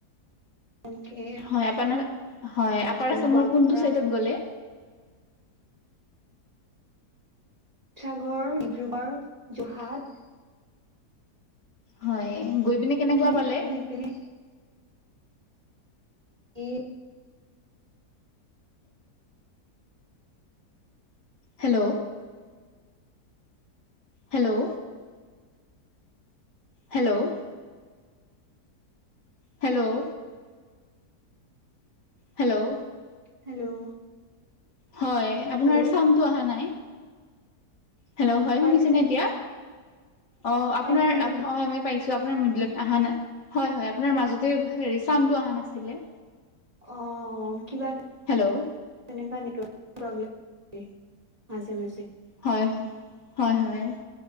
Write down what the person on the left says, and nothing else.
হয় আপ হয় আপাৰ আছামৰ
কোনটো চাইডত গ'লে।
হয় গৈ পিনে কেনেকুৱা
পালে
hello hello hello hello hello
হয় আপোনাৰ
চাউণ্ডটো অহা নাই হেল্ল'
হয়
শুনিছে ন এতিয়া অ আপোনাৰ
পাইছো আপোনাৰ মিডিলত অহা নাই হয় হয় আপোনাৰ মাজতে হেৰি চাউণ্ডটো অহা নাছিলে
হেল্ল'
হয় হয় হয়